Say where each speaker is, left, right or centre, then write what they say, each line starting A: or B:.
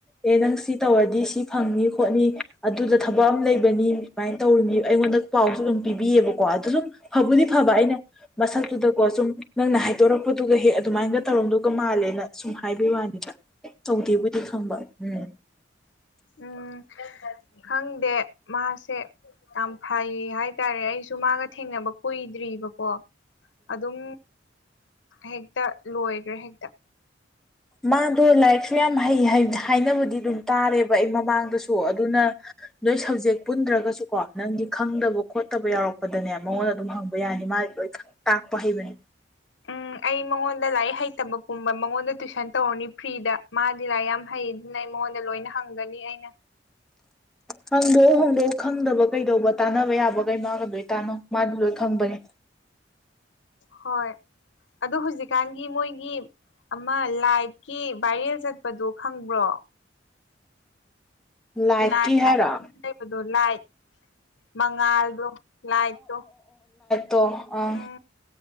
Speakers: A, in the centre; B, on the left.
A: ꯑꯦ ꯅꯪ ꯁꯤ ꯇꯧꯔꯗꯤ ꯁꯤ ꯁꯤ ꯐꯪꯅꯤ ꯈꯣꯠꯅꯤ ꯑꯗꯨꯗ ꯊꯕꯛ ꯑꯃ ꯂꯩꯕꯅꯤ ꯁꯨꯃꯥꯏꯅ ꯇꯧꯔꯤꯅꯤ ꯑꯩꯉꯣꯟꯗ ꯄꯥꯎꯁꯨ ꯑꯗꯨꯝ ꯄꯤꯕꯤꯌꯦꯕ꯫ ꯀꯣ ꯑꯗꯨ ꯁꯨꯝ ꯐꯕꯨꯗꯤ ꯐꯕ ꯑꯩꯅ ꯃꯁꯛꯇꯨꯗꯀꯣ ꯁꯨꯝ ꯅꯪꯅ ꯍꯥꯏꯗꯣꯔꯛꯄꯗꯨꯒ ꯍꯦꯛ ꯑꯗꯨꯃꯥꯏꯅꯒ ꯇꯧꯔꯝꯗꯨꯒ ꯃꯥꯜꯂꯦꯅ ꯁꯨꯝ ꯍꯥꯏꯕꯤꯌ ꯋꯥꯅꯤꯗ꯫ ꯇꯧꯗꯦꯕꯨꯗꯤ ꯈꯪꯕ ꯎꯝ꯫
B: ꯎꯝ ꯈꯪꯗꯦ ꯃꯥꯁꯦ ꯌꯥꯝ ꯐꯩ ꯍꯥꯏꯇꯥꯔꯦ ꯑꯩꯁꯨ ꯃꯥꯒ ꯊꯦꯡꯅꯕ ꯀꯨꯏꯗ꯭ꯔꯤꯕꯔꯤꯕꯀꯣ꯫ ꯑꯗꯨꯝ ꯍꯦꯛꯇ ꯂꯣꯏꯈꯒ꯭ꯔꯦ ꯍꯦꯛꯇ꯫
A: ꯃꯥꯗꯣ ꯂꯥꯏꯔꯤꯛꯁꯨ ꯌꯥꯝ ꯍꯩ ꯍꯥꯏꯅꯕꯗꯤ ꯑꯗꯨꯝ ꯇꯥꯔꯦꯕ ꯑꯩ ꯃꯃꯥꯡꯗꯁꯨ ꯑꯗꯨꯅ ꯅꯣꯏ ꯁꯕꯖꯦꯛ ꯄꯨꯟꯗ꯭ꯔꯒꯁꯨꯀꯣ ꯅꯪꯒꯤ ꯈꯪꯗꯕ ꯈꯣꯠꯇꯕ ꯌꯥꯎꯔꯛꯄꯗꯅꯦ ꯃꯉꯣꯟꯗ ꯑꯗꯨꯝ ꯍꯪꯕ ꯌꯥꯅꯤ ꯃꯗꯤ ꯂꯣꯏꯅ ꯈ ꯇꯥꯛꯄ ꯍꯩꯕꯅꯦ꯫
B: ꯎꯝ ꯑꯩ ꯃꯉꯣꯟꯗ ꯂꯥꯏꯔꯤꯛ ꯍꯩꯇꯕ ꯄꯨꯝꯕ ꯃꯉꯣꯟꯗ ꯇꯨꯋꯁꯟ ꯇꯧꯔꯅꯤ ꯐ꯭ꯔꯤꯗ ꯃꯥꯗꯤ ꯂꯥꯏꯔꯤꯛ ꯌꯥꯝ ꯍꯩꯅ ꯃꯉꯣꯟꯗ ꯂꯣꯏꯅ ꯍꯪꯒꯅꯤ ꯑꯩꯅ꯫
A: ꯍꯪꯗꯣꯛꯎ ꯍꯣꯡꯗꯣꯛꯎ ꯈꯪꯗꯕ ꯀꯩꯗꯧꯕ ꯇꯥꯟꯅꯕ ꯌꯥꯕꯒꯩ ꯃꯥꯒ ꯂꯣꯏ ꯇꯥꯅꯣ ꯃꯥꯗꯨ ꯂꯣꯏ ꯈꯪꯕꯅꯦ
B: ꯍꯣꯏ ꯑꯗꯣ ꯍꯧꯖꯤꯛꯀꯥꯟꯒꯤ ꯃꯣꯏꯒꯤ ꯑꯃ ꯂꯥꯏꯠꯀꯤ ꯚꯥꯏꯔꯦꯜ ꯆꯠꯄꯗꯨ ꯈꯪꯕ꯭ꯔꯣ
A: ꯂꯥꯏꯠꯀꯤ
B: ꯂꯥꯏꯠ
A: ꯍꯥꯏꯔꯣ
B: <unintelligible> ꯂꯩꯕꯗꯣ ꯂꯥꯏꯠ ꯃꯉꯥꯜꯗꯣ ꯂꯥꯏꯠꯇꯣ
A: ꯇꯣ ꯑꯪ
B: ꯎꯝ